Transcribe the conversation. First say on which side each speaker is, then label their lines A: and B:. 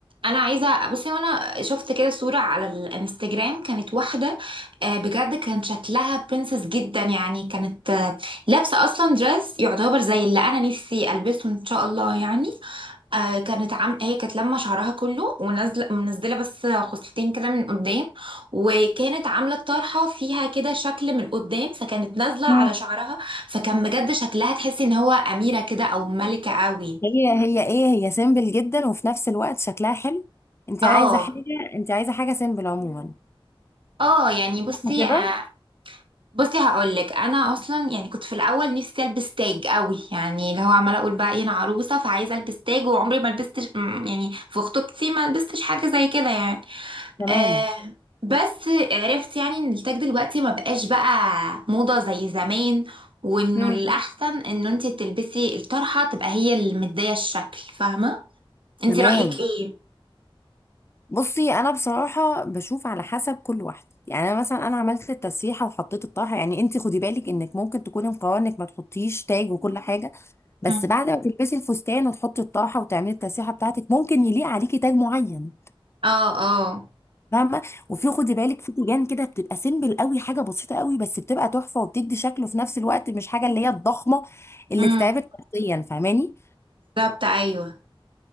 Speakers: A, on the right; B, on the left.
A: انا عايزه بصي وانا شفت كده صوره على الانستجرام كانت واحده آه، بجد كان شكلها برنسس جدا يعني كانت آه، لابسه اصلا دريس يعتبر زي اللي انا نفسي البسه ان شاء الله يعني آه كانت عام هي كانت لما شعرها كله ونازله منزله بس خصلتين كده من قدام وكانت عامله الطرحه فيها كده شكل من قدام فكانت نازله على
B: مم.
A: شعرها فكان بجد شكلها تحسي ان هو اميره كده او ملكه قوي
B: هي هي ايه هي سيمبل جدا وفي نفس الوقت شكلها حلو انت
A: اه
B: عايزه حاجه انت عايزه حاجه سيمبل عموما
A: اه يعني بصي
B: صح كده
A: آه بصي هقول لك انا اصلا يعني كنت في الاول نفسي البس تاج قوي يعني اللي هو عماله اقول بقى إيه، انا عروسه فعايزه البس تاج وعمري ما لبست يعني في خطوبتي ما لبستش حاجه زي كده يعني
B: تمام
A: آه بس عرفت يعني ان التاج دلوقتي ما بقاش بقى موضة زي زمان وانه
B: مم.
A: الاحسن انه انت تلبسي الطرحة تبقى هي اللي مدية الشكل فاهمة انت
B: تمام
A: رأيك ايه
B: بصي انا بصراحه بشوف على حسب كل واحده يعني انا مثلا انا عملت التسريحه وحطيت الطرحه يعني انت خدي بالك انك ممكن تكوني مقرره انك ما تحطيش تاج وكل حاجه بس
A: مم.
B: بعد ما تلبسي الفستان وتحطي الطرحه وتعملي التسريحه بتاعتك ممكن يليق عليكي تاج معين
A: اه اه
B: فاهمه وفي خدي بالك في تيجان كده بتبقى سيمبل قوي حاجه بسيطه قوي بس بتبقى تحفه وبتدي شكله في نفس الوقت مش حاجه اللي هي الضخمه اللي
A: امم
B: تتعبك نفسيا فاهماني
A: بالظبط ايوه